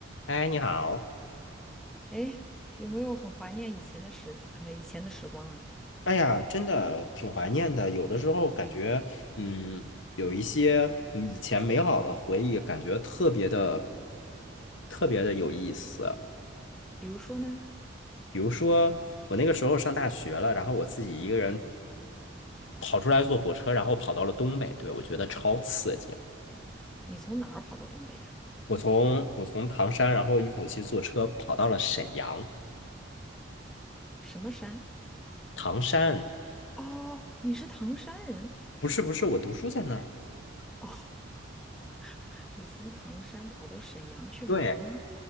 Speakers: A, on the left; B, in the centre.
A: 哎，你好！
B: 哎，有没有很怀念以前的时，呃，以前的时光啊？
A: 哎呀，真的挺怀念的。有的时候感觉，嗯，有一些嗯以前美好的回忆，感觉特别的、特别的有意思。
B: 比如说呢，
A: 比如说，我那个时候上大学了，然后我自己一个人跑出来坐火车，然后跑到了东北，对，我觉得超刺激。
B: 你从哪儿跑到东北呀、
A: 我从我从唐山，然后一口气坐车跑到了沈阳。
B: 什么山？
A: 唐山
B: 哦，你是唐山人？
A: 不是不是，我读书在那儿。
B: 哦，<laughs> 你从唐山跑到沈阳去旅游吗？
A: 对。